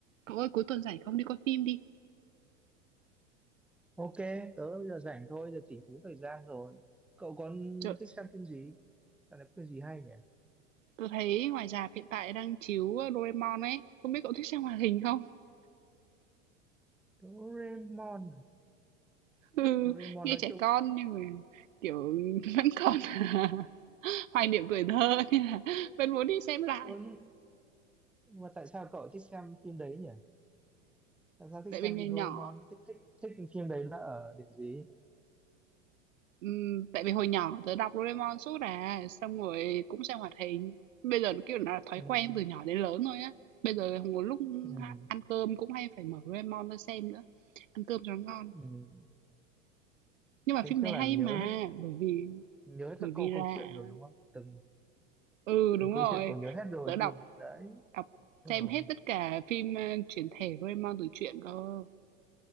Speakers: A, on the right (about 80°); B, in the centre.
A: Cậu ơi, cuối tuần rảnh không đi coi phim đi.
B: Ok, tớ bây giờ rảnh thôi, giờ tỷ phú thời gian rồi. Cậu còn
A: Trời,
B: thích xem phim gì? Dạo này có phim gì hay nhỉ?
A: tôi thấy ngoài rạp hiện tại đang chiếu ờ, Doraemon ấy, không biết cậu thích xem hoạt hình không? <laughs>
B: Doraemon à?
A: Ừ,
B: Doraemon
A: nghe
B: nói
A: trẻ
B: chung...
A: con nhưng mà kiểu <laughs> vẫn còn <laughs> hoài niệm tuổi thơ nên là <laughs> vẫn muốn đi xem lại.
B: Ơ nhưng nhưng mà tại sao cậu thích xem phim đấy nhỉ? Tại sao thích
A: Tại
B: xem
A: vì ngày
B: phim
A: nhỏ,
B: Doraemon? Thích, thích, thích phim đấy là ở điểm gì?
A: ừm, tại vì hồi nhỏ tớ đọc Doraemon suốt à, xong rồi cũng xem hoạt hình. Bây giờ nó kiểu là thói
B: Ừ,
A: quen từ nhỏ đến lớn thôi á. Bây giờ một lúc
B: ừ,
A: ăn cơm cũng hay phải mở Doraemon ra xem nữa, ăn cơm cho nó ngon.
B: ừ.
A: Nhưng mà
B: Thế
A: phim
B: chắc
A: đấy
B: là
A: hay
B: nhớ
A: mà,
B: hết
A: bởi vì
B: nhớ hết
A: bởi
B: các
A: vì
B: câu
A: là
B: câu chuyện rồi đúng không? Từng
A: ừ đúng
B: từng câu
A: rồi.
B: chuyện cậu nhớ hết rồi
A: Tớ
B: gì?
A: đọc
B: Đấy,
A: đọc
B: rồi.
A: xem hết tất cả phim ờ, chuyển thể Doraemon từ truyện cơ.